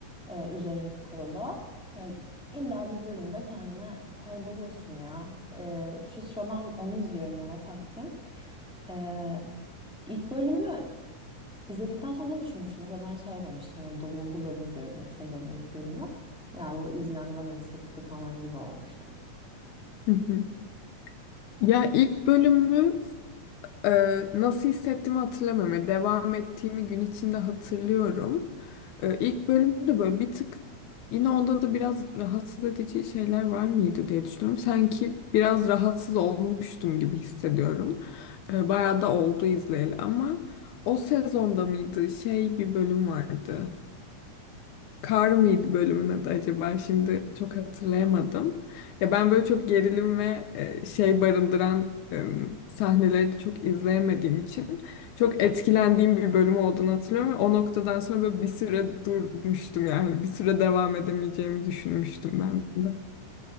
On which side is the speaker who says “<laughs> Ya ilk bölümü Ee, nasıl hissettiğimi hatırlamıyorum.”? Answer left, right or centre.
Left